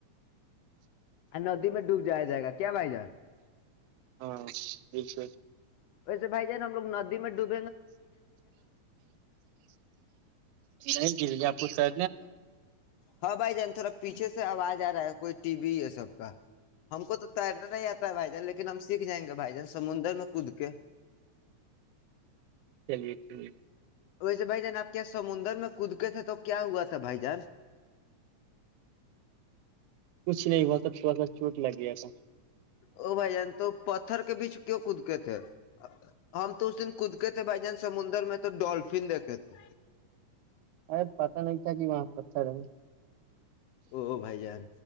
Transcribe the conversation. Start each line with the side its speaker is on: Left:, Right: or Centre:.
Left: ندی میں ڈوبی آیا جائے گا کیا بھائی جان
Right: ہاں ب س
Left: ویسے بھائی جان ہم لوگ ندی میں ڈوب
Right: نہیں گریے آپو س <unintelligible>
Left: ہاں بھائی جان تھوڑا پیچھے سے آواز آ رہا ہے کوئی ٹی وی یہ سب کا ہم کو تو تیرنا نہیں آتا ہے بھائی جان لیکن ہم سیکھ جائیں گے بھائی جان سمندر میں کود کے
Right: چلیے چٹلیے
Left: ویسے بھائی جان آپ کیا سمندر میں کودتے تھے تو کیا ہوا تھا بھائی جان
Right: کچھ نہیں ہوا تھا تھوڑا سا چوٹ لگ گیا تھا
Left: او بھائی جان تو پتھر کے بیچ کی کودک تھے ہم تو اس دن قودکت بائجان سمندر میں تو ڈلفن دیکے تھ
Right: ار پاتہ نہیں تھاکی م پر تھ رہ ہے
Left: او بھائی جان